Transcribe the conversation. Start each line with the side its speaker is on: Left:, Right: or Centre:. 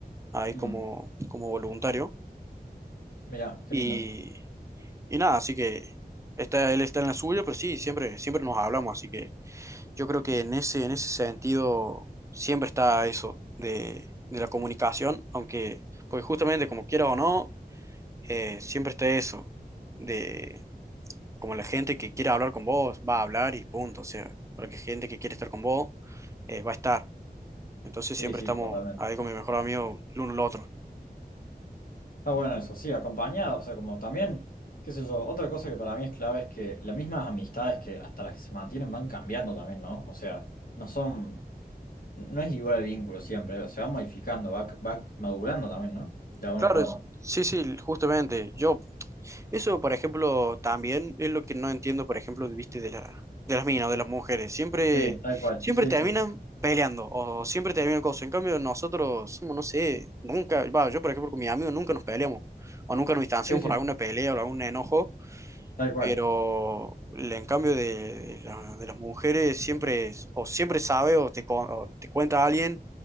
Right: ahí
Left: Mm,
Right: como, como voluntario,
Left: mirá, qué
Right: y,
Left: lindo.
Right: y nada, así que está, él está en la suya, pero sí, siempre, siempre nos hablamos, así que Yo creo que en ese, en ese sentido siempre está eso de, de la comunicación, aunque, pues justamente como quiera o no, eh, siempre está eso de como la gente que quiera hablar con vos va a hablar y punto, o sea, porque gente que quiere estar con vos eh, va a estar. Entonces
Left: Sí,
Right: siempre
Left: sí,
Right: estamos
Left: totalmente.
Right: ahí con mi mejor amigo el uno el otro.
Left: Está bueno eso, sí, acompañado, o sea, como también, qué sé yo, otra cosa que para mí es clave es que las mismas amistades que hasta las que se mantienen van cambiando también, ¿no? O sea, no son, no es igual el vínculo siempre, se va modificando, va, va madurando también, ¿no? De alguna
Right: Claro,
Left: forma.
Right: es- sí, sí, justamente. Yo Eso, por ejemplo, también es lo que no entiendo, por ejemplo, de- viste, de la, de las minas o de las mujeres. Siempre,
Left: Sí, tal cual,
Right: siempre
Left: sí,
Right: terminan
Left: sí,
Right: peleando o siempre terminan cosas. En cambio, nosotros somos, no sé, nunca, va, yo, por ejemplo, con mis amigos nunca nos peleamos o nunca nos distanciamos
Left: sí, sí,
Right: por alguna pelea o algún enojo,
Left: tal cual,
Right: pero le- en cambio de, de la- de las mujeres siempre, es- o siempre sabe o te, co- o te cuenta alguien